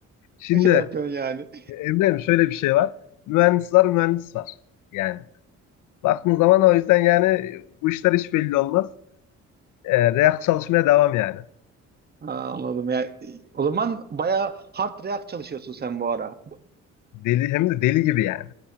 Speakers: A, on the left (about 85°); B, on the right (about 30°).
A: Şimdi
B: Ne şey yapıyorsun yani?
A: e, Emre'm şöyle bir şey var. Mühendis var mühendis var. Yani baktığın zaman o yüzden yani bu işler hiç belli olmaz. E, react çalışmaya devam yani.
B: Ha, anladım. Yani, o zaman bayağı hard react çalışıyorsun sen bu ara.
A: Deli hem de deli gibi yani.